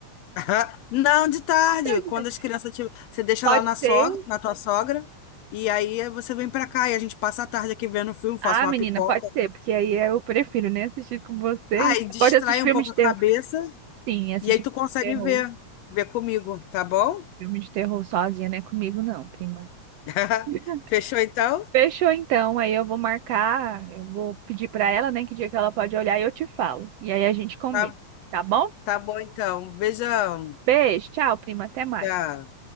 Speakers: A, on the left; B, on the right.
A: Aham. Não, de tarde,
B: Pode
A: quando
B: ser.
A: as crianças tiver, você deixa
B: Pode
A: lá na sogra,
B: ser.
A: na tua sogra, e aí você vem pra cá e a gente passa a tarde aqui vendo um filme, faço
B: Ah,
A: uma
B: menina,
A: pipoca.
B: pode ser, porque aí eu prefiro nem assistir com você.
A: Aí distrai
B: Pode assistir filme
A: um pouco
B: de
A: a
B: terror.
A: cabeça
B: Sim, assistir
A: e aí tu
B: filme
A: consegue
B: de terror.
A: ver, ver comigo, tá bom?
B: Filme de terror sozinha, não é comigo, não, prima.
A: <laughs>
B: <laughs>
A: Fechou então?
B: Fechou então, aí eu vou marcar, eu vou pedir pra ela, né, que dia que ela pode olhar e eu te falo. E aí a gente combina,
A: Tá,
B: tá bom?
A: tá bom então. Beijão.
B: Beijo, tchau, prima, até mais.
A: Tchau.